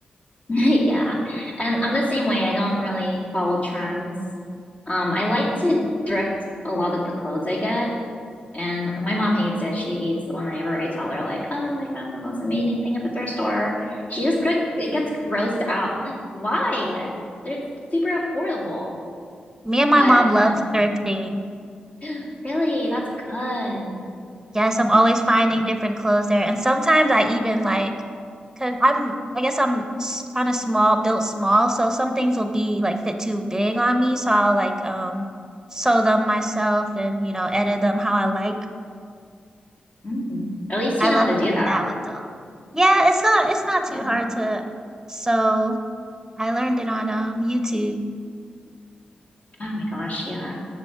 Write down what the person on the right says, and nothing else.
Me and my
mom love
thrifting.
Yes,
I'm always
finding different clothes there. And sometimes I even like, cause I'm, I guess I'm kind of small, built small. So some things will be like fit too big on me. So I'll like, um, sew them myself and, you know, edit them how I like.
I
love
doing that with the Yeah, it's not it's not too
hard to. So I learned it on um YouTube.